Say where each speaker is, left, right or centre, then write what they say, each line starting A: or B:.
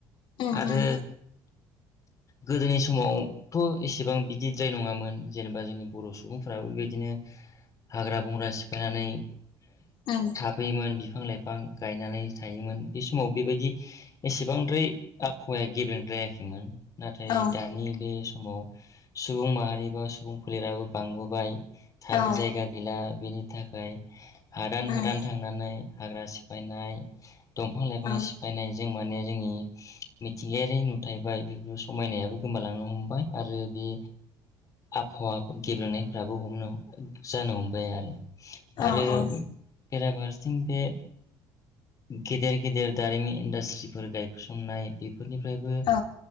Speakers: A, on the left; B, on the left.
A: उम
B: आरो
A: उम
B: गोदोनि समावथ' एसेबां बिदिद्राय नङामोन जेनेबा जोंनि बर' सुबुंफ्राबो बेबायदिनो हाग्रा बंग्रा सिफायनानै
A: उम
B: थाफैयोमोन बिफां-लाइफां गायनानै थायोमोन बे समाव बेबायदि एसेबां द्राय आबहावाया गेब्रेंद्रायाखैमोन। नाथाय
A: औ
B: दानि बे समाव सुबुं माहारि बा सुबुं फोलेराबो बांबोबाय। थानो
A: औ
B: जायगा गैला बेनि थाखाय हादान
A: उम
B: हादान थांनानै हाग्रा सिफायनाय दंफां लाइफां
A: औ
B: सिफायनाय जों माने जोंनि मिथिंगायारि नुथायबाय बेफोर समायनायाबो गोमालांनो हमबाय आरो बे आफहावा गेब्रेंनायफ्राबो हमनो जानो हमबाय आरो। आरो
A: अह अह।
B: बेराफारसेथिं बे गेदेर गेदेर दारिमिन इन्डास्ट्रिफोर गाय सननाय बे फोरनिफ्रायबो
A: औ